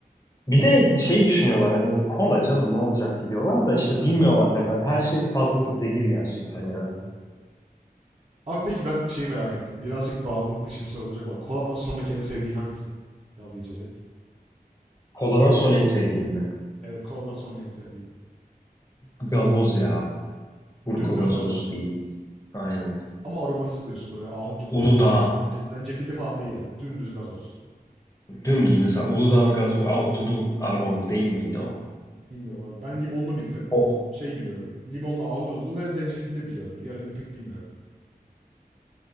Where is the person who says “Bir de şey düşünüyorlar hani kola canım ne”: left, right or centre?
Left